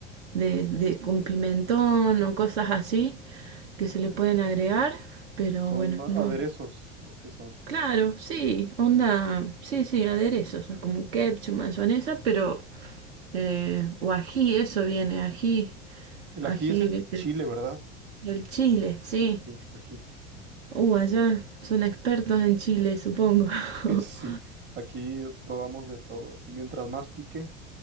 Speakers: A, on the right; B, on the right.
A: de, de- con pimentón o cosas así que se le pueden agregar, pero
B: Son
A: bueno,
B: aderezos,
A: no.
B: ¿o qué son?
A: Claro, sí, onda, sí, sí, aderezos, como ketchup, mayonesa, pero eh, o ají, eso viene, ají,
B: El
A: ají,
B: ají es el
A: viste,
B: chile, ¿verdad?
A: el chile, sí.
B: Sí, el ají.
A: Uh, allá son expertos en chile, supongo. <laughs>
B: <laughs> Sí, aquí probamos de todo. Y mientras más pique,